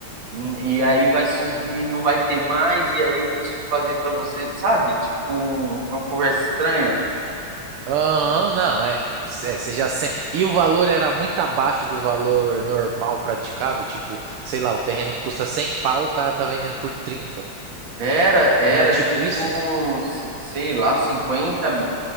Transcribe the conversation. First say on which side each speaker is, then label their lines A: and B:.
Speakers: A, on the right (about 60°); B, on the right (about 80°).
A: hum, e aí vai subir, não vai ter mais, e aí eu consigo fazer pra você, sabe? Tipo, um, uma conversa estranha.
B: Aham, não, é, é, você já sente. E o valor era muito abaixo do valor normal praticado? Tipo, sei lá, o terreno custa 100 pau, o cara tá vendendo por trinta
A: Era, era
B: Era tipo
A: tipo,
B: isso?
A: se- sei lá, 50,